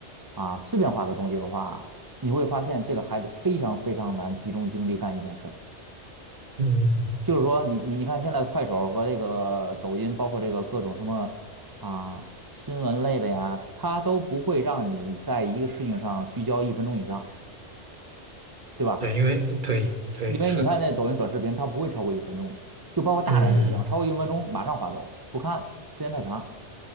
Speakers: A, on the right; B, on the right.
A: 啊、碎片化的东西的话，你会发现这个孩子非常非常难集中精力干一件事儿。
B: 嗯，
A: 就是说你你你看现在快手和这个抖音，包括这个各种什么啊新闻类的呀，它都不会让你在一个事情上聚焦一分钟以上，对吧？
B: 对，因为对对是的，
A: 因为你看那抖音短视频，它不会超过一分钟，就包括大人也一样，
B: 嗯，
A: 超过一分钟马上划走，不看了，时间太长。